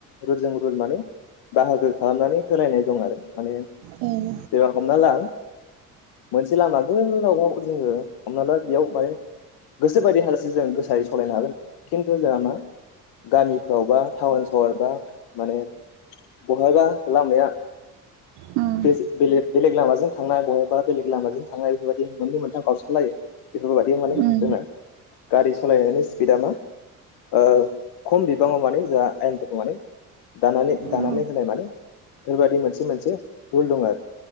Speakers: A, on the left (about 55°); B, on the right (about 55°).
A: रुलजों रुल माने बाहागो खालामनानै होलायनाय दं आरो। माने
B: उम
A: जेनेबा हमना ला मोनसे लामा गोललावाव जोङो हमना ला बेयाव माने गोसो बायदि हाजासे जों गोसायै सालायनो हागोन खिन्थु जोंहा मा गामिफ्रावबा टाउन सहर बा माने बहायाबा लामाया
B: उम
A: ऐसे बेलेग बेलेग लामाजों थ थांनाय बबेबा बेलेग लामाजों थांनाय बेफोरबायदि मोननै मोनथाम गावस्रलायो बेफोरबायादि माने
B: उम
A: जोंङो गारि सालायनायनि स्पिडा मा ओ खम बिबाङाव माने जोंहा आयेनफोरखौ माने दानानै दानानै
B: औ
A: होनाय माने बेफोरबायाददि मोनसे मोनसे रुल दं